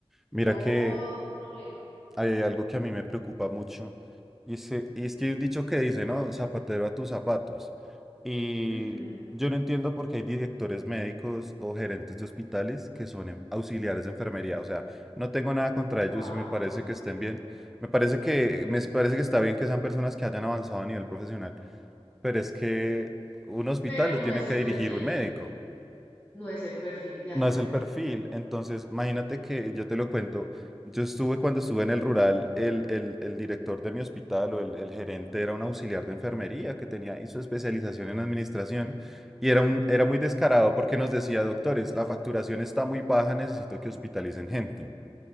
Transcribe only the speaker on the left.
todo
un problema.
Ujú.
Guau.
Pero
no
es
el
perfil,
no es el perfil, de acuerdo.